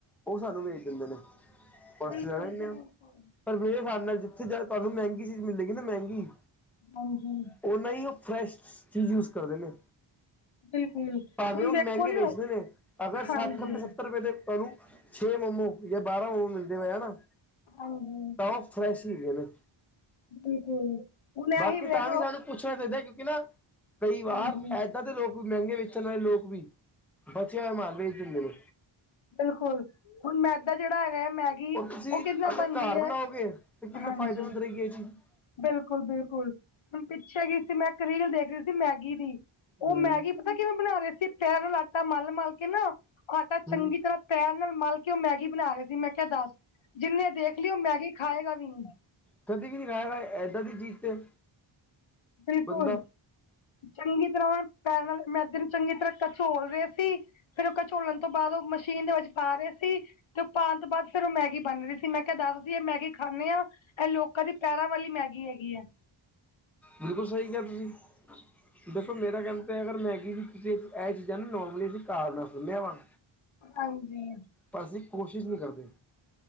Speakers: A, in the centre; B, on the left (about 70°).
A: ਉਹ ਸਾਨੂੰ ਵੇਚ ਦੇਂਦੇ ਨੇ ਬਸ
B: ਬਿਲਕੁਲ
A: 'ਚ ਜਾ ਰਹੇ ਨੇ
B: ਜੀ ਬਿਲਕੁਲ
A: ਪਰ ਮੇਰੇ ਹਿਸਾਬ ਨਾਲ ਜਿੱਥੇ ਜਾ ਤੁਹਾਨੂੰ ਮਹਿੰਗੀ ਚੀਜ਼ ਮਿਲੇਗੀ ਨਾ ਮਹਿੰਗੀ।
B: ਹਾਂਜੀ
A: ਉਨਾਂ ਹੀ, ਉਹ ਫਰੈਸ਼ ਚੀਜ਼ ਯੂਜ ਕਰਦੇ ਨੇ।
B: ਬਿਲਕੁਲ
A: ਭਾਵੇਂ
B: ਹੁਣ
A: ਉਹ
B: ਦੇਖੋ
A: ਮਹਿੰਗੇ
B: ਨਾ
A: ਵੇਚਦੇ ਨੇ, ਅਗਰ
B: ਹਾਂਜੀ
A: ਸੱਠ ਰੁਪਏ, ਸੱਤਰ ਰੁਪਏ ਦੇ। ਤੁਹਾਨੂੰ ਛੇ ਮੋਮੋ ਜਾਂ ਬਾਰਾਂ ਮੋਮੋ ਮਿਲਦੇ ਪਏ ਨਾ
B: ਹਾਂਜੀ।
A: ਤਾਂ ਉਹ ਫਰੈਸ਼ ਹੀ ਹੈਗੇ ਨੇ।
B: ਬਿਲਕੁਲ, ਹੁਣ
A: ਬਾਕੀ
B: ਇਹੀ ਵੇਖਲੋ।
A: ਤਾਂ ਵੀ ਸਾਨੂੰ ਪੁੱਛਣਾ ਚਾਹੀਦਾ ਕਿਉਂਕਿ ਨਾ, ਕਈ ਵਾਰ
B: ਹਾਂਜੀ
A: ਇੱਦਾਂ ਦੇ ਲੋਕ ਵੀ ਮਹਿੰਗੇ ਵੇਚਣ ਵਾਲੇ ਲੋਕ ਵੀ। ਬਚਿਆ ਹੋਇਆ ਮਾਲ ਵੇਚ ਦਿੰਦੇ ਨੂੰ।
B: ਬਿਲਕੁਲ, ਹੁਣ ਮੈਦਾ ਜਿਹੜਾ ਹੈਗਾ ਆ ਮੈ ਗੀ
A: ਔਰ ਤੁਸੀਂ
B: ਉਹ ਕਿਦਨਾ
A: ਅਗਰ
B: ਬਣਦੀ
A: ਘਰ
B: ਐ,
A: ਬਣਾਓਗੇ ਤੇ ਕਿੰਨਾ
B: ਹਾਂਜੀ।
A: <unintelligible>
B: ਬਿਲਕੁਲ ਬਿਲਕੁਲ ਹੁਣ ਪਿੱਛੇ ਗਈ ਸੀ ਮੈਂ ਇੱਕ ਰੀਲ ਦੇਖ ਰਹੀ ਸੀ ਮੈਗੀ ਦੀ
A: ਹੂੰ
B: ਉਹ ਮੈਗੀ ਪਤਾ ਕਿਵੇਂ ਬਣਾ ਰਹੇ ਸੀ ਪੈਰ ਆਲਾ ਆਟਾ ਮਲ ਮਲ ਕੇ ਨਾ ਆਟਾ ਚੰਗੀ
A: ਹੂੰ
B: ਤਰ੍ਹਾਂ ਪੈਰ ਨਾਲ ਮਲ ਕੇ ਉਹ ਮੈਗੀ ਬਣਾ ਰਹੇ ਸੀ ਮੈਂ ਕਿਹਾ ਦੱਸ, ਜਿੰਨੇ ਦੇਖ ਲਈ ਉਹ ਮੈਗੀ ਖਾਏਗਾ ਵੀ ਨਹੀਂ।
A: ਕਦੇ ਵੀ ਨੀ ਇਏਦਾਂ ਦੀ ਚੀਜ਼ ਤੇ
B: ਬਿਲਕੁਲ
A: ਬੰਦਾ
B: ਚੰਗੀ ਤਰ੍ਹਾਂ ਪੈਰ ਨਾਲ ਮੈਦੇ ਨੂੰ ਚੰਗੀ ਤਰ੍ਹਾਂ ਕਚੋਲ ਰਹੇ ਸੀ। ਫਿਰ ਕਚੋਲਣ ਤੋਂ ਬਾਅਦ ਔ ਮਸ਼ੀਨ ਦੇ ਵਿੱਚ ਪਾ ਰਹੇ ਸੀ ਤੇ ਪਾਉਣ ਤੋਂ ਬਾਅਦ ਫਿਰ ਉਹ ਮੈਗੀ ਬਣ ਰਹੀ ਸੀ ਮੈਂ ਮੈਂ ਕਿਹਾ ਦੱਸ ਦੇਈਏ ਮੈਗੀ ਖਾਂਦੇ ਹਾਂ, ਇਹ ਲੋਕਾਂ ਦੀ ਪੈਰਾਂ ਵਾਲੀ ਮੈਗੀ ਹੈਗੀ ਹੈ।
A: ਬਿਲਕੁਲ ਸਹੀ ਕਿਹਾ ਤੁਸੀਂ। ਦੇਖੋ ਮੇਰਾ ਕਹਿਣਾ ਤਾਂ ਅਗਰ ਮੈਗੀ ਦੀ ਕਿਸੇ ਇਹ ਚੀਜ਼ਾਂ ਨੂੰ ਨੋਰਮਲੀ ਅਸੀਂ ਘਰ ਬਣਾ ਸਕਦੇ ਆ ਵਾ।
B: ਹਾਂਜੀ
A: ਪਰ ਅਸੀਂ ਕੋਸ਼ਿਸ਼ ਨਹੀਂ ਕਰਦੇ